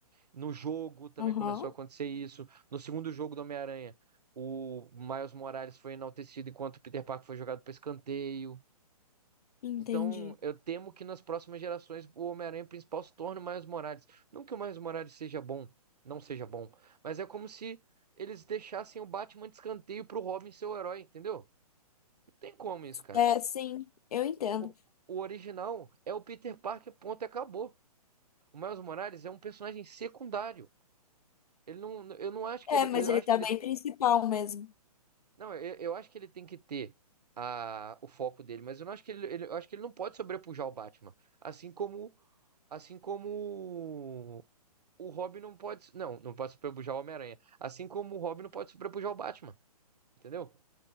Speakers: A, on the right; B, on the left.
A: No jogo também
B: Aham,
A: começou a acontecer isso. No segundo jogo do Homem-Aranha, o Miles Morales foi enaltecido enquanto o Peter Parker foi jogado para escanteio.
B: entendi.
A: Então, eu temo que nas próximas gerações o Homem-Aranha principal se torne o Miles Morales. Não que o Miles Morales seja bom, não seja bom, mas é como se eles deixassem o Batman de escanteio pro Robin ser o herói, entendeu? Não tem como isso, cara.
B: É, sim, eu entendo.
A: O, o original é o Peter Parker, ponto, e acabou. O Miles Morales é um personagem secundário. Ele não, eu não acho que
B: É,
A: ele,
B: mas
A: eu
B: ele
A: acho
B: tá
A: que ele
B: bem principal mesmo.
A: Não, eu, eu acho que ele tem que ter a, o foco dele, mas eu não acho que ele, ele- eu acho que ele não pode sobrepujar o Batman. Assim como, assim como o Robin não pode, não, não pode sobrepujar o Homem-Aranha. Assim como o Robin não pode sobrepujar o Batman, entendeu?